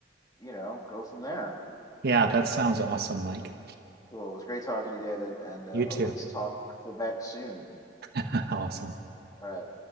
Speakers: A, on the left; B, on the right.
A: you know, go from there.
B: Yeah, that sounds awesome, Mike.
A: Cool. It was great talking to you, David, and uh,
B: You too.
A: let's talk back soon.
B: <laughs> Awesome.
A: All right.